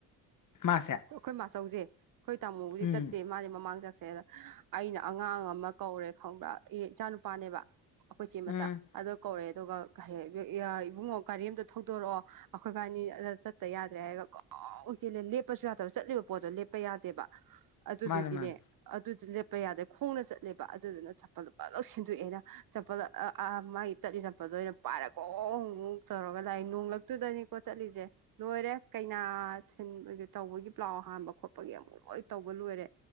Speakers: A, on the left (about 45°); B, on the right (about 55°).
A: ꯃꯥꯁꯦ
B: ꯑꯩꯈꯣꯏ ꯃꯥꯆꯧꯁꯦ ꯑꯩꯈꯣꯏ ꯇꯥꯃꯨꯕꯨꯗꯤ
A: ꯎꯝ
B: ꯇꯠꯇꯦ ꯃꯥꯗꯤ ꯃꯃꯥꯡ ꯆꯠꯈ꯭ꯔꯦꯗ ꯑꯩꯅ ꯑꯉꯥꯡ ꯑꯃ ꯀꯧꯔꯦ ꯈꯪꯕ꯭ꯔꯥ ꯏꯆꯥ ꯅꯨꯨꯄꯥꯅꯦꯕ ꯑꯩꯈꯣꯏ ꯏꯆꯦ
A: ꯎꯝ
B: ꯃꯆꯥ ꯑꯗꯣ ꯀꯧꯔꯛꯑꯦ ꯑꯗꯨꯒ ꯏꯕꯨꯡꯉꯣ ꯒꯥꯔꯤ ꯑꯝꯇ ꯊꯧꯗꯣꯔꯛꯑꯣ ꯑꯩꯈꯣꯏꯕꯥꯅꯤ ꯑꯗ ꯆꯠꯇ ꯌꯥꯗ꯭ꯔꯦ ꯍꯥꯏꯔꯒ ꯒꯣꯡ ꯆꯦꯜꯂꯦ ꯂꯦꯞꯄꯁꯨ ꯌꯥꯗꯕ ꯆꯠꯂꯤꯕ ꯄꯣꯠꯇꯣ ꯂꯦꯞꯄ ꯌꯥꯗꯦꯕ ꯑꯗꯨꯗꯒꯤꯅꯦ
A: ꯃꯥꯅꯦ ꯃꯥꯅꯦ
B: ꯑꯗꯨꯗꯤ ꯂꯦꯞꯄ ꯌꯥꯗꯦ ꯈꯣꯡꯅ ꯆꯠꯂꯦꯕ ꯑꯗꯨꯗꯨꯅ ꯆꯝꯄꯜ ꯐꯠ ꯂꯧꯅ ꯁꯤꯟꯗꯣꯛꯑꯦꯕ ꯆꯝꯄꯜ ꯑ ꯑꯥ ꯃꯥꯒꯤ ꯇꯠꯂꯤ ꯆꯠꯄꯥꯜꯗꯣ ꯑꯩꯅ ꯄꯥꯏꯔ ꯒꯣꯡ ꯇꯧꯔꯒ ꯂꯥꯛꯑꯦ ꯅꯣꯡꯂꯛꯇꯨꯗꯅꯤꯀꯣ ꯆꯠꯂꯤꯁꯦ ꯂꯣꯏꯔꯦ ꯀꯩꯅꯥ ꯊꯤꯟ ꯇꯧꯕꯒꯤ ꯄ꯭ꯂꯥꯎ ꯍꯥꯟꯕ ꯈꯣꯠꯄꯒꯤ ꯑꯃꯨꯛ ꯂꯣꯏ ꯇꯧꯕ ꯂꯣꯏꯔꯦ